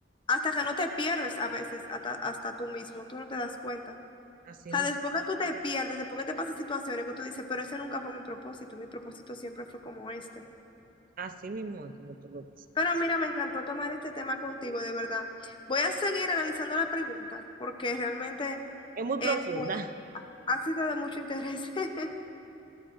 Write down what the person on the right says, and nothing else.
Así
mismo,
así mismo es como tú lo ves.
Es muy
profunda.